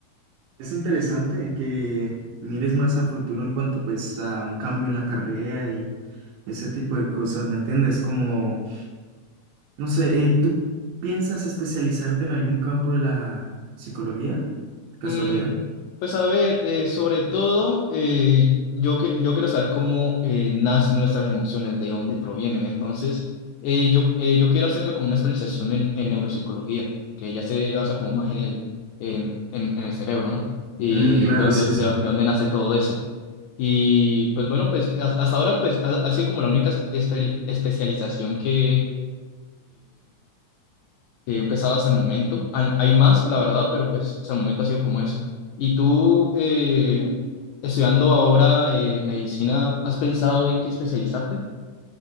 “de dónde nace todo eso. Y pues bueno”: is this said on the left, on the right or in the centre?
Left